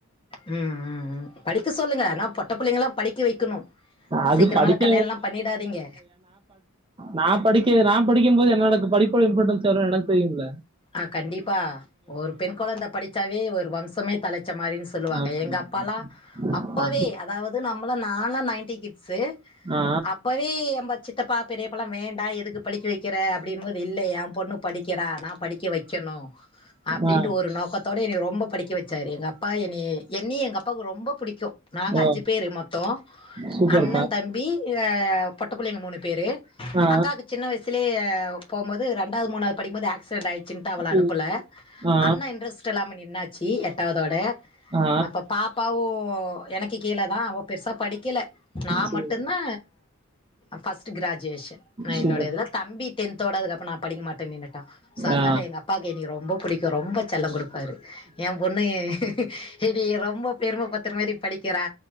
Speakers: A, on the left (about 25°); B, on the right (about 25°).
A: ம் ம் ம் படிக்க சொல்லுங்க ஆனா பொட்ட புள்ளைங்ளா படிக்க வைக்கணு
B: அது
A: சீக்ரமா
B: படிக்க
A: கல்யாணலா பண்ணிடாதீங்க
B: நா படிக்க நா படிக்கும் போது என்னோட படிப்போட இம்பாடன்ஸ் எவ்ளோ எனக் தெரியுல
A: ஆ கண்டிபா ஒரு பெண் கொழந்த படிச்சாவே ஒரு வம்சமே தலச் ச்சமாரினு சொல்லுவாங்க
B: ஆமாமா.
A: எங்க அப்பாலா அப்பவே
B: ஆ,
A: அதாவது நம்மள நாலா நைன்டி கிட் ஸ்
B: ஆ,
A: அப்பவே எம்ப சித்தப்பா பெரியப்பால வேண்டா எதுக்கு படிக்க வைக்கிற அப்டின்பேது இல்ல ஏ பொண்ணுப் படிக்கறா நா படிக்க வைக்கணு அப்டின்டு
B: ஆ.
A: ஒரு ஒரு நோக்கத்தோட எனனைய ரொம்பொ படிக்க வச்சாரு எங்க அப்பா என்னய என்ய எங்க அப் ப்பாக்கு ரொம்ப புடிக்கு நாங்க
B: ஓ!
A: அஞ்சு பேரு மொத்தோ
B: சூப்பர்க்கா.
A: அண்ண தம்பி ஏ பொட்ட புள்ளைங்க மூணு பேரு
B: ஆ,
A: அக்காக்கு சின்ன வய்ஸ் சுலே போம்போது ரண்டாது மூணாது படிக்கும்போது ஆக்சிடென்ட் ஆய்டுசின்டு அவள அனுப்பல
B: உ, ஆ,
A: அண்ண இன்ரஸ்ட் இல்லாம நின்னாச்சு எட்டாதோட
B: ஆ.
A: அப்பப் பாப்பாவு எனக்கு கீழதா அவ பெருசா படிக்கல நா
B: சரி,
A: மட்டுந்தா ஃபஸ்ட் க்ராஜுவேஷன் நா
B: சூப்பர்.
A: என்னோட இதுல தம்பி டென்த்தோட அதுகப்றோ நா படிக்க மாட்டன் நின்னுட்டா சோ அதனால
B: ஆ,
A: எங்க அப்பாக்கு எனைய ரொம்பொ புடிக்கும் ரொம்பொ செல்லம் குடுப் பாரு எ பொண்ணு என்னைய ரொம்ப பெரும படுத்துற மாரி படிக்கிறா